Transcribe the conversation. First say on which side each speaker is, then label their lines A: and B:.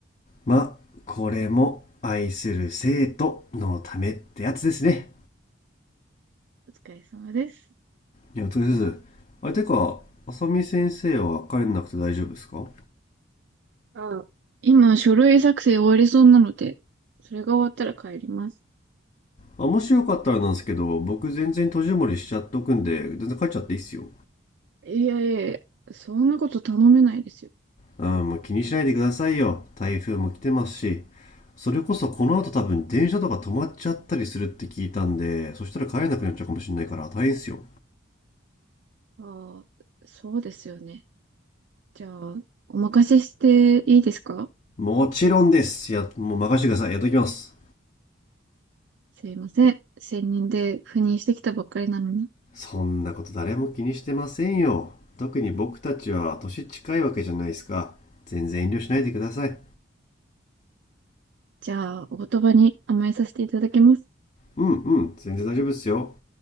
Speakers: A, on the left (about 35°); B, on the right (about 60°).
A: まあ、これも愛する生徒のためってやつですね。
B: お疲れ様です。
A: いや、お疲れ様です。あれ、てか、浅見先生は帰んなくて大丈夫ですか
B: あ、今、書類作成終わりそうなので、それが終わったら帰ります。
A: あ、もしよかったらなんですけど、僕全然閉じこもりしちゃっとくんで、全然帰っちゃっていいっすよ。
B: いやいやいや、そんなこと頼めないですよ。
A: あー、もう気にしないでくださいよ。台風も来てますし、それこそこの後多分電車とか止まっちゃったりするって聞いたんで、そしたら帰れなくなっちゃうかもしれないから大変っすよ。
B: ああ、そうですよね。じゃあ、お任せしていいですか
A: もちろんです。や、もう任せてください。やっときます。
B: すいません。専任で赴任してきたばっかりなのに。
A: そんなこと誰も気にしてませんよ。特に僕たちは年近いわけじゃないですか。全然遠慮しないでください。
B: じゃあ、お言葉に甘えさせていただきます。
A: うんうん全然大丈夫ですよ